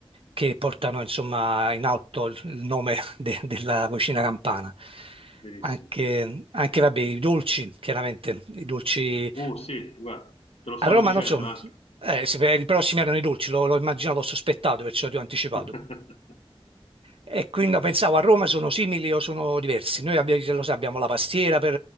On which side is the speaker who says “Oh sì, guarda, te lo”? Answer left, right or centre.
Left